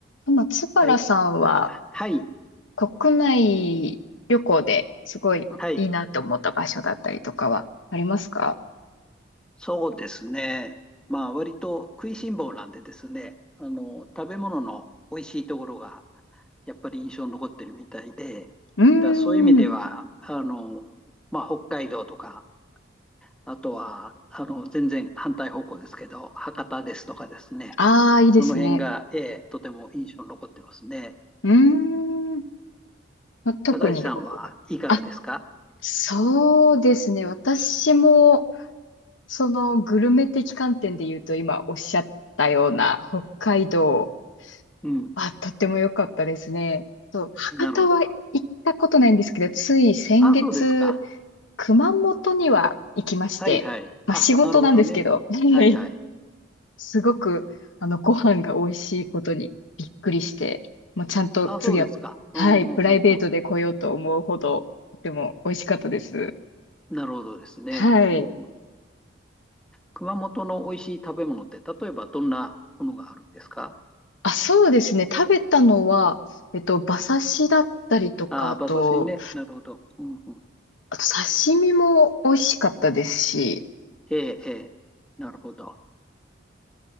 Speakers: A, on the left; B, in the centre.
A: 松原さんは
B: はい。はい。
A: 国内旅行ですごいいいなと思った場所だったりとかはありますか
B: はい。そうですね。まあ、割と食いしん坊なんでですね、あの、食べ物の美味しいところが、やっぱり印象に残ってるみたいで、だか
A: うー
B: らそういう意味では、
A: ん。
B: あの、まあ、北海道とか、あとは、あの、全然反対方向ですけど、博多ですとかですね、
A: ああ、いいですね。
B: その辺が、ええ、とても印象に残ってますね。
A: うーん。ま特に、
B: 高橋さんはいかがですか
A: あ、そうですね。私も、そのグルメ的観点で言うと、今おっしゃったような北海道
B: うん。
A: はとっても良かったですね。そう、博多は行ったことないんですけど、
B: なるほど。
A: つい先月、
B: あ、そうですか。
A: 熊本には行きまして、
B: はいはい。
A: まあ仕事なんですけど、
B: あ、なるほどね。
A: <laughs>
B: はいはい。
A: すごく、あの、ご飯が美味しいことにびっくりして、もうちゃんと次は、
B: あ、そうですか。
A: はい、
B: うん、うん、
A: プライベートで来ようと思うほど、
B: うん、う
A: とても美味しかったです。
B: ん。なるほどですね。
A: はい。
B: うん、熊本の美味しい食べ物って、例えばどんなものがあるんですか
A: あ、そうですね。食べたのは、えっと、馬刺しだったりとか、
B: あ、
A: あと、
B: 馬刺しね。なるほど。うん、うん。
A: あと刺身も美味しかったですし、
B: ええ、ええ。なるほど。